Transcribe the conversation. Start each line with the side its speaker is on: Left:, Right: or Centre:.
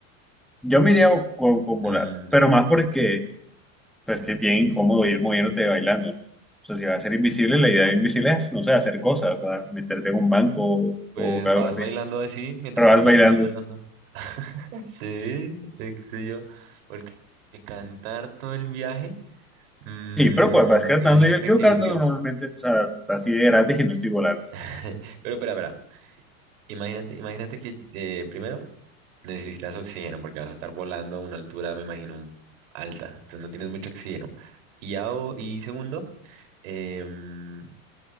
Centre: Yo me iría con, con volar,
Right: Mm,
Centre: pero más porque pues que es bien incómodo ir moviéndote y bailando. O sea, si vas a ser invisible, la idea de invisible es, no sé, hacer cosas, o sea, meterte en un banco o,
Right: pues
Centre: o algo
Right: vas
Centre: así,
Right: bailando así, mientras
Centre: pero vas
Right: caminas
Centre: bailando.
Right: vas bailando. Sí, es que yo, porque cantar todo el viaje, mm,
Centre: Sí, pero pues vas cantando.
Right: imagínate
Centre: Yo, yo
Right: que,
Centre: canto
Right: digamos,
Centre: normalmente, o sea, así de gratis y no estoy volando.
Right: <laughs> pero espera, espera, imagínate, imagínate que eh, primero necesitas oxígeno porque vas a estar volando a una altura, me imagino, un- alta, entonces no tienes mucho oxígeno. Y, a- y segundo, em,